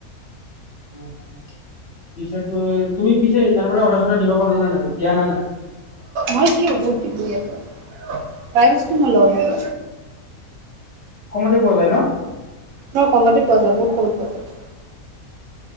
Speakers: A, on the left; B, on the right.
A: উম'। পিছে তুমি পিছে তাৰ পৰা অৰ্ডাৰ-চৰ্ডাৰ দিব পাৰা নে নাই, দিয়া না নাই।
B: মই কি অৰ্ডাৰ দিবো ইয়তে, প্ৰায় বস্তু মই লও ইয়াতে
A: কমতে পোৱা যায় ন
B: ন কমতে পোৱা যাব, বহুত কমত পোৱা যাব। <inaudible>